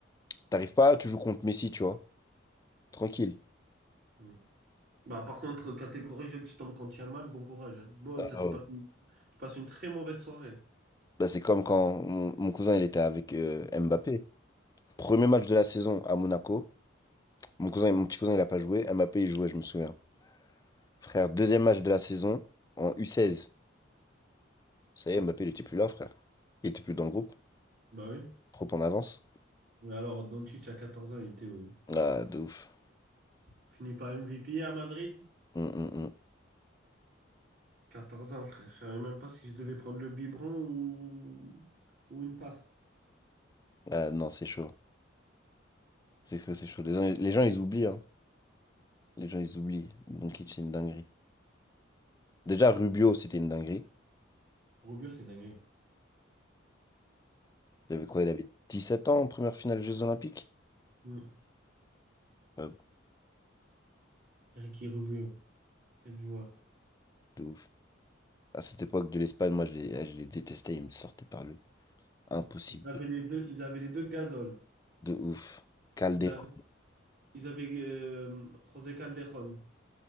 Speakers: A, on the left; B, on the right.
A: t'arrives pas, tu joues contre Messi, tu vois. Tranquille.
B: Hmm. Bah, par contre, catégorie jeune, tu tombes quand tu as mal, bon courage. hein. Bon, t'as-
A: Ah
B: tu
A: ouais.
B: passes une, tu passes une très mauvaise soirée.
A: Bah, c'est comme quand mon, mon cousin, il était avec euh, Mbappé. Premier match de la saison à Monaco. Mon cousin, mon petit cousin, il a pas joué. Mbappé, il jouait, je me souviens. Frère, deuxième match de la saison en U16. Ça y est, Mbappé, il était plus là, frère. Il était plus dans le groupe.
B: Bah oui.
A: Trop en avance.
B: Mais alors, Doncic, à 14 ans, il était où?
A: Ah, de ouf.
B: Fini par MVP à Madrid?
A: Hum, hum, hum.
B: 14 ans, frère. Je savais même pas si je devais prendre le biberon ou, ou une passe.
A: Ah, non, c'est chaud. C'est chaud, c'est chaud. Les gens, les gens, ils oublient, hein. Les gens, ils oublient. Donc, c'est une dinguerie. Déjà, Rubio, c'était une dinguerie.
B: Rubio, c'est une dinguerie.
A: Il avait quoi? Il avait dix sept ans en première finale Jeux Olympiques.
B: Hmm.
A: Ah,
B: Ricky Rubio, quel joueur.
A: de ouf. À cette époque de l'Espagne, moi, je les, ah, je les détestais. Ils me sortaient par le... Impossible.
B: Ils avaient
A: De,
B: les deux, ils avaient les deux Gasol.
A: de ouf. Calderon.
B: Ils avaient, ils avaient euh, José Calderón.